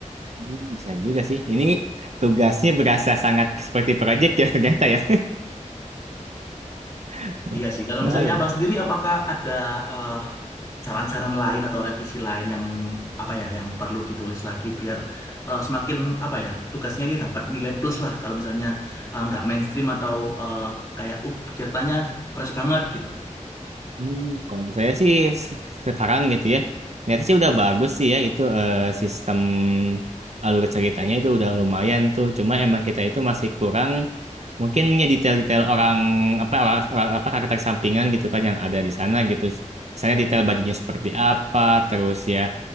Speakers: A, on the right; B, on the left.
A: hmm, bisa juga sih. Ini tugasnya berasa sangat seperti proyek ya ternyata ya. <laughs>
B: Iya sih, kalau
A: Bahaya.
B: misalnya abang sendiri apakah ada eh, saran-saran lain atau revisi lain yang apa ya yang perlu ditulis lagi biar eh, semakin apa ya tugasnya ini dapat nilai plus lah kalau misalnya eh, nggak mainstream atau eh, kayak uh ceritanya fresh banget gitu.
A: Hmm, kalau saya sih se- sekarang gitu ya, berarti sih udah bagus sih ya itu eh, sistem alur ceritanya itu udah lumayan tuh. Cuma emang kita itu masih kurang mungkin ya detail-detail orang apa orang, orang- apa karakter sampingan gitu kan yang ada di sana gitu. Misalnya detail bajunya seperti apa, terus ya